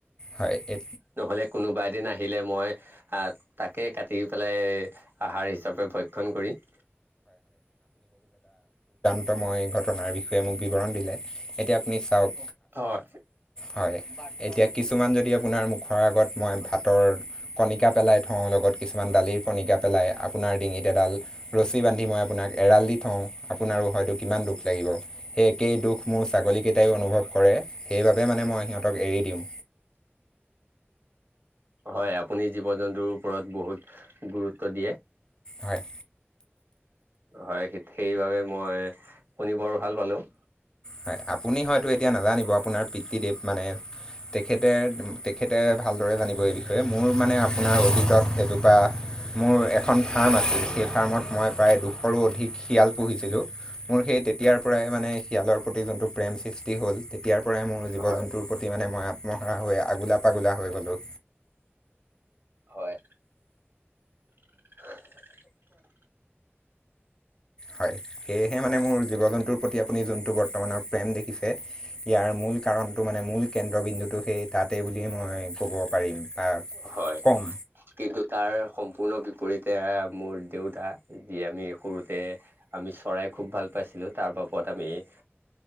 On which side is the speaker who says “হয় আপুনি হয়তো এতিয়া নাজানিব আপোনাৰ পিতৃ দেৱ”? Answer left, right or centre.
Left